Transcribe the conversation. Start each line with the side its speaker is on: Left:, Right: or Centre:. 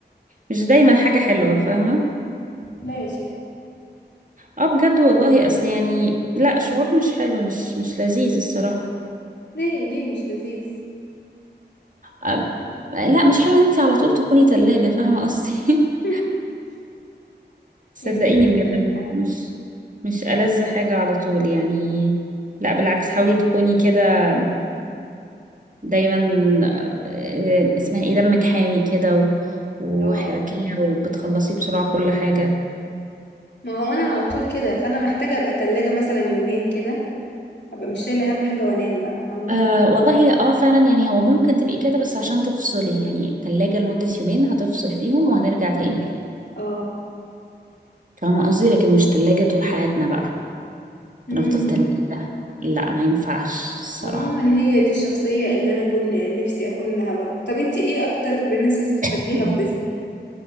Right: مش دايما حاجة حلوة فاهمة
Left: لا يا شيخ
Right: اه بجد والله اصل يعني لا شعور مش حلو مش مش لذيذ الصراحة
Left: ليه ليه مش لذيذ
Right: أب- لا مش حلو ان انتي على طول تكوني ثلاجة فاهمة قصدي <laughs>
Left: <laughs>
Right: صدقيني
Left: يا سيدتي
Right: بجد
Left: اي حاجه
Right: مش مش ألذ حاجة على طول يعني لا بالعكس حاولي تكوني كده دايما آه، اسمها ايه دمك حامي كده و- وحركية
Left: اه آه، فهمت.
Right: وبتخلصي بسرعة كل حاجة
Left: ما هو انا على طول كده فانا محتاجه ابقى ثلاجه مثلا يومين كده ابقى مش شايله هم حاجه وانام بقى فاهمه
Right: آه والله اه فعلا يعني هو ممكن تبقي كده بس عشان تفصلي يعني تلاجة لمدة يومين هتفصل فيهم وهنرجع تاني
Left: اه
Right: فاهمة قصدي لكن مش تلاجة طول حياتنا بقى
Left: امم
Right: هنفضل تلاجة لا ما ينفعش الصراحة
Left: عموما هي دي الشخصيه اللي انا كنت نفسي اكون لها برضه طب انتي ايه اكتر برنسس بتحبيها
Right: <laughs>
Left: في ديزني